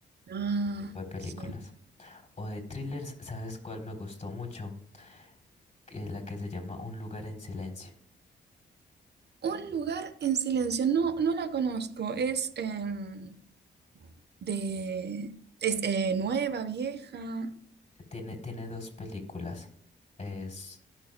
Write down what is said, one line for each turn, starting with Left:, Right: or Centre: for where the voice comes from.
Right: Ah,
Left: ese tipo de películas.
Right: sí.
Left: O de thrillers, ¿sabes cuál me gustó mucho? Que- la que se llama Un lugar en silencio.
Right: Un lugar en silencio, no, no la conozco. Es em, de. Es eh, nueva, vieja.
Left: Tiene, tiene dos películas. Es,